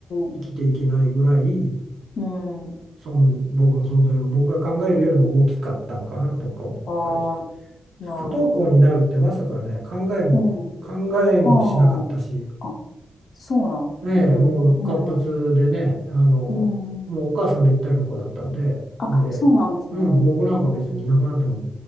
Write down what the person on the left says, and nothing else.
ん。うん。
ああ、なるほど。
うん。はあ。あ、そうなんですね。
うん。
うん。
あ、
そうなんですね。
うん。